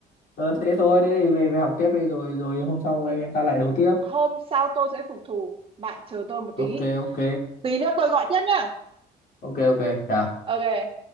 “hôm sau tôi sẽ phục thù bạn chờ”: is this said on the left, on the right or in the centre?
Right